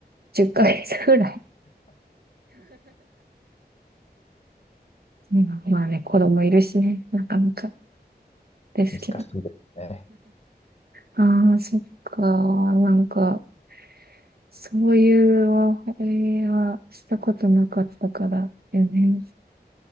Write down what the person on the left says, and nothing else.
難しいですね。